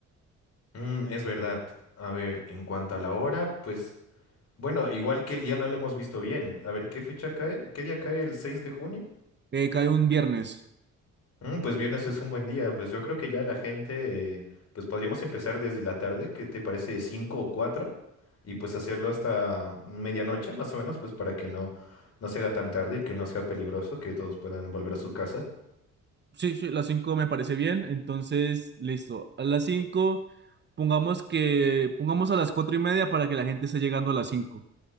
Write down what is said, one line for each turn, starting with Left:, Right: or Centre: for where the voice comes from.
Left: Mm, es verdad. A ver, en cuanto a la hora, pues bueno, igual que el día no lo hemos visto bien. A ver, ¿qué fecha cae? ¿Qué día cae el 6 de junio?
Right: Eh, cae un viernes,
Left: Mm, pues viernes es un buen día. Pues yo creo que ya la gente, eh, pues podríamos empezar desde la tarde, ¿qué te parece? Cinco o cuatro, y pues hacerlo hasta medianoche, más o menos, pues para que no, no se haga tan tarde y que no sea peligroso, que todos puedan volver a sus casas.
Right: sí, sí, las 5 me parece bien, entonces, listo, a las 5 pongamos que, pongamos a las cuatro y media para que la gente esté llegando a las cinco